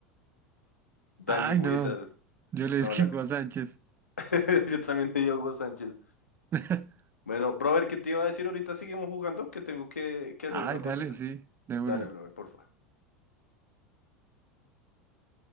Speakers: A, on the left; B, on the right.
A: Dani
B: Ay,
A: Guisas.
B: no. Yo le
A: No,
B: esquivo
A: la... que-
B: a Sánchez.
A: <laughs> Yo también le di a Hugo Sánchez.
B: <laughs>
A: Bueno, brother, ¿qué te iba a decir? Ahorita seguimos jugando, que tengo que, que
B: Ay,
A: hacer una
B: dale,
A: cosita.
B: sí, de una.
A: Dale, brother, porfa.